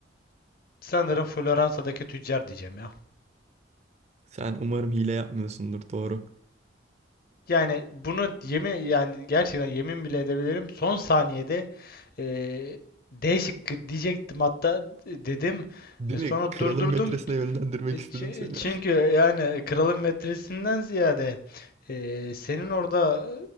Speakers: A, on the left; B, on the right.
A: sanırım Floransa'daki tüccar diyeceğim ya.
B: Sen umarım hile yapmıyorsundur doğru.
A: Yani bunu yemin yani gerçekten yemin bile edebilirim. Son saniyede e, D şıkkı diyecektim hatta dedim
B: Değil
A: E, sonra
B: mi? Kralın
A: durdurdum
B: metresine yönlendirmek
A: E, çü-
B: istedim seni.
A: Çünkü yani kralın metresinden ziyade e, senin orada